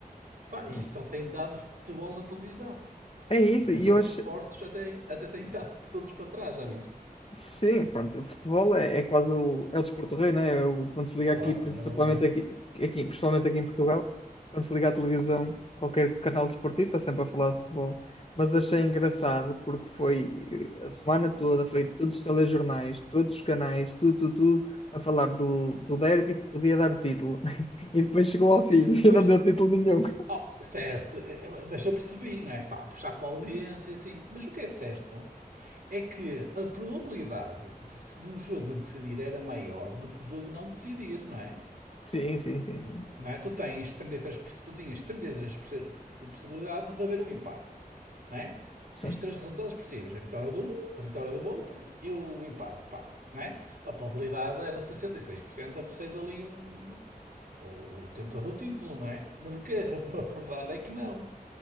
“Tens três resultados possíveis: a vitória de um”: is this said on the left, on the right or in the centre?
Right